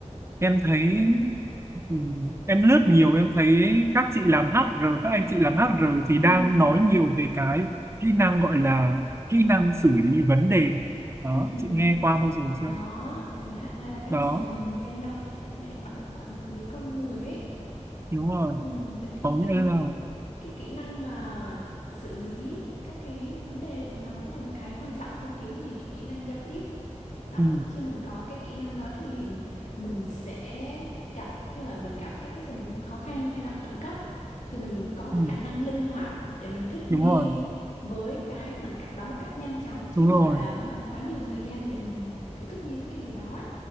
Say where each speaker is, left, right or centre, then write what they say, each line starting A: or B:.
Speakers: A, on the right; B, on the left.
A: em thấy ừ, em lướt nhiều em thấy các chị làm HR, các anh chị làm HR thì đang
B: Ừm,
A: nói nhiều về cái kỹ năng gọi là kỹ năng xử lý vấn đề. Đó,
B: ừm,
A: chị nghe qua bao giờ
B: có.
A: chưa?
B: Rồi HA à, là các
A: Đó,
B: anh chị làm bên à, mạng quản quản lý con người ấy.
A: đúng rồi.
B: Ừm, vậy thì
A: Có nghĩa
B: kỹ
A: là
B: cái kỹ năng mà xử lý các cái vấn đề thì nó cũng là một cái quan trọng không kém gì cái kỹ năng giao tiếp đó
A: ừ,
B: khi mình có cái kỹ năng đó thì mình sẽ gặp khi mà mình gặp các cái tình huống khó khăn hay là khẩn cấp thì mình có cái
A: ừ,
B: khả năng linh hoạt để mình thích
A: đúng
B: nghi
A: rồi,
B: với cái hoàn cảnh đó một cách nhanh chóng chứ
A: đúng
B: không
A: rồi.
B: phải là mất quá nhiều thời gian để mình kiểu thích nghi với cái điều đó ấy.